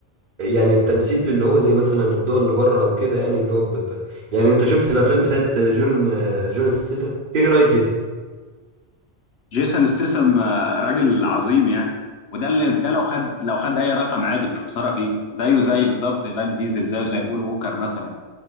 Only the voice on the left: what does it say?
جيسون ستيسم آه، راجل عظيم يعني وده اللي ده لو خد لو خد اي رقم عادي مش خساره فيه زيه زي بالظبط فان ديزل زيه زي بول ووكر مثلا